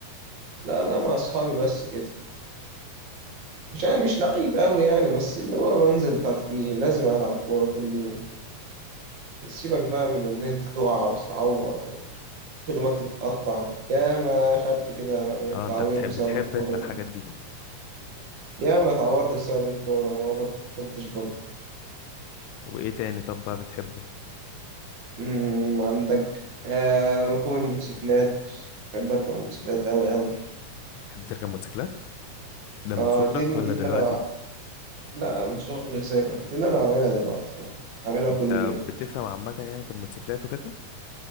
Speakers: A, on the right; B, on the left.
A: لا لا مع أصحابي بس كده مش أنا مش لعيب أوي يعني بس اللي هو بنزل ترفيه لازم ألعب كورة كل يوم سيبك بقى من ان انت تقع وتتعور وخدمك تتقطع يا ما خدت كده من التعوير
B: اه انت بتحب
A: بسبب
B: بتحب
A: الكورة
B: انت الحاجات
A: دي
B: دي
A: يا ما اتعورت بسبب الكورة وما بطلتش برضه
B: وايه تاني طب بقى بتحبه
A: أمم، عندك آه ركوب الموتوسيكلات بحب اركب موتوسيكلات اوي اوي
B: بتحب تركب موتوسيكلات ده من
A: اه
B: صغرك
A: دي دي
B: ولا
A: دي اللي
B: دلوقتي
A: انا لا من صغري سايبها دي اللي انا بعملها دلوقتي يعني بعملها
B: انت
A: كل يوم
B: بتفهم عامة يعني في الموتوسيكلات وكده